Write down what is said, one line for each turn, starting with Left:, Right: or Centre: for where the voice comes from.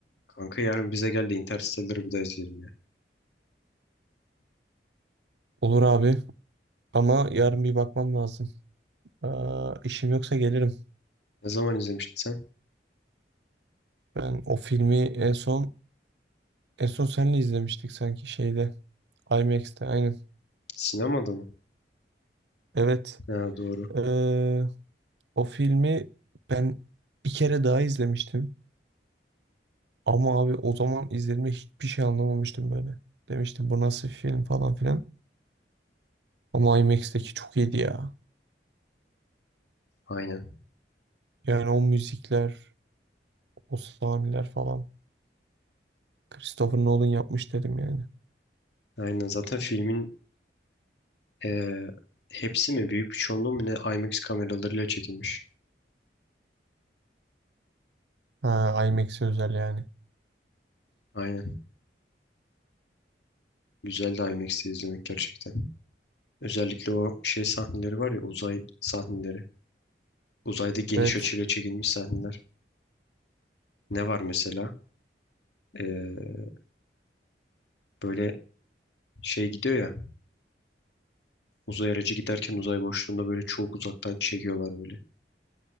Left: Kanka yarın bize gel de Interstellar'ı bir daha izleyelim ya.
Right: Olur abi ama yarın bir bakmam lazım. Aa, işim yoksa gelirim.
Left: Ne zaman izlemiştin sen?
Right: Ben o filmi en son en son seninle izlemiştik sanki şeyde IMAX'te aynen.
Left: Sinemada mı?
Right: Evet.
Left: Ha doğru.
Right: Ee, o filmi ben bir kere daha izlemiştim. Ama abi o zaman izlediğimde hiçbir şey anlamamıştım böyle. Demiştim bu nasıl film falan filan. Ama IMAX'teki çok iyiydi ya.
Left: Aynen.
Right: Yani o müzikler, o sahneler falan. Christopher Nolan yapmış dedim yani.
Left: Aynen. Zaten filmin eee, hepsi mi? Büyük bir çoğunluğu mu ne? IMAX kameralarıyla çekilmiş.
Right: Ha, IMAX'e özel yani.
Left: Aynen. Güzel de IMAX'te izlemek gerçekten. Özellikle o şey sahneleri var ya uzay sahneleri. Uzayda geniş
Right: Evet.
Left: açıyla çekilmiş sahneler. Ne var mesela? Eee, böyle şey gidiyor ya. Uzay aracı giderken uzay boşluğunda böyle çok uzaktan çekiyorlar böyle.